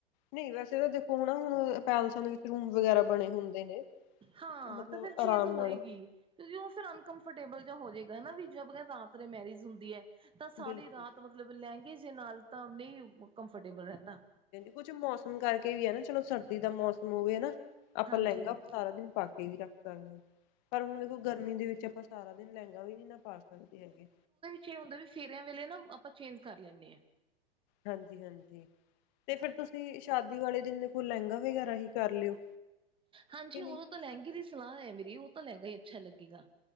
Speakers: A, on the left; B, on the right.
A: ਨਹੀਂ ਵੈਸੇ ਤਾਂ ਦੇਖੋ ਹੁਣ ਨਾ ਹੁਣ ਪੈਲਸਾਂ ਦੇ ਵਿੱਚ ਰੂਮ ਵਗੈਰਾ ਬਣੇ ਹੁੰਦੇ ਨੇ।
B: ਹਾਂ
A: ਮਤਲਬ
B: ਤਾਂ ਫਿਰ ਚੇਂਜ਼
A: ਆਰਾਮ
B: ਹੋਏਗੀ।
A: ਨਾਲ
B: ਕਿਉਂਕਿ ਉਹ ਫਿਰ ਅਨਕਫਰਟੇਬਲ ਜਾਂ ਹੋ ਜਾਵੇਗਾ। ਵੀ ਜੀ ਬਰ ਰਾਤ ਰ ਮੈਰਿਜ ਹੁੰਦੀ ਹੈ। ਤਾਂ ਸਾਰੀ
A: ਬਿਲਕੁਲ
B: ਰਾਤ ਮਤਲਬ ਲਹਿੰਗੇ ਜੇ ਨਾਲ ਤਾਂ ਨਹੀਂ ਕੰਫਰਟੇਬਲ ਰਹਿੰਦਾ।
A: ਕੁੱਛ ਮੌਸਮ ਕਰਕੇ ਵੀ ਹੈ। ਨਾ ਚਲੋ ਸਰਦੀ ਦਾ ਮੌਸਮ ਹੋਵੇ ਹਨਾ। ਆਪਾਂ
B: ਹਾਂਜੀ
A: ਲਹਿੰਗਾ ਸਾਰਾ ਦਿਨ ਪਾ ਕੇ ਵੀ ਰੱਖ ਸਕਦੇ। ਪਰ ਹੁਣ ਦੇਖੋ ਗਰਮੀ ਦੇ ਵਿੱਚ ਆਪਾਂ ਸਾਰਾ ਦਿਨ ਲਹਿੰਗਾ ਵੀ ਨੀ ਨਾ ਪਾ ਸਕਦੇ ਹੈਗੇ।
B: ਕੀ ਹੁੰਦਾ ਆਵੀ ਫੇਰਿਆਂ ਵੇਲੇ ਨਾ ਆਪਾਂ ਚੇਂਜ ਕਰ ਲੈਂਦੇ ਹਾਂ।
A: ਹਾਂਜੀ -ਹਾਂਜੀ। ਤੇ ਫਿਰ ਤੁਸੀਂ ਸ਼ਾਦੀ ਵਾਲੇ ਦਿਨ ਦੇ ਕੋਲੋਂ ਲਹਿੰਗਾ ਵਗੈਰਾ ਹੀ ਕਰ ਲਿਓ।
B: ਹਾਂਜੀ
A: ਕਿ
B: ਉਹਦਾ
A: ਨਹੀਂ
B: ਤਾਂ ਲਹਿੰਗੇ ਦੀ ਸਲਾਹ ਹੈ ਮੇਰੀ ਉਹ ਤਾਂ ਲਹਿੰਗਾ ਹੀ ਅੱਛਾ ਲੱਗੇਗਾ।